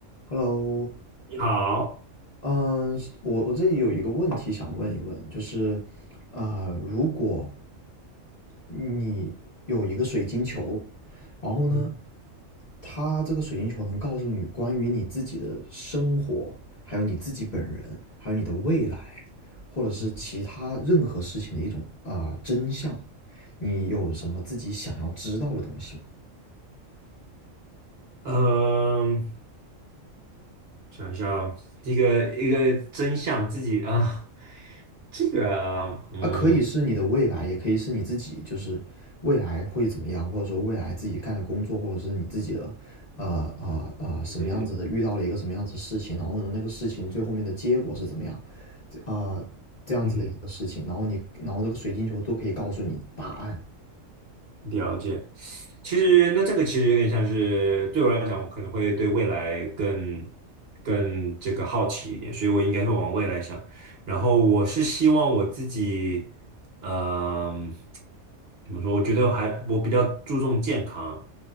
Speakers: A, on the left; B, on the right.
A: Hello，
B: 你好，
A: 嗯，我我这里有一个问题想问一问，就是，呃，如果你有一个水晶球，然后呢，
B: 嗯
A: 它这个水晶球能告诉你关于你自己的生活，还有你自己本人，还有你的未来，或者是其他任何事情的一种啊、
B: 嗯，
A: 真相，你有什么自己想要知道的东西吗？
B: 嗯想一下哦一个一个真相自己啊，这个啊，嗯
A: 它可以是你的未来，也可以是你自己，就是未来会怎么样，或者说未来自己干的工作，或者是你自己的，呃呃呃，什么样子的，
B: 嗯嗯
A: 遇到了一个什么样子的事情，然后呢，那个事情最后面的结果是怎么样，啊、呃，这样子的一个事情，
B: 嗯哼，
A: 然后你，然后这个水晶球都可以告诉你答案。
B: 了解。其实那这个其实有点像是对我来讲，我可能会对未来更更这个好奇一点，所以我应该会往未来想。然后我是希望我自己，嗯，怎么说？我觉得还我比较注重健康，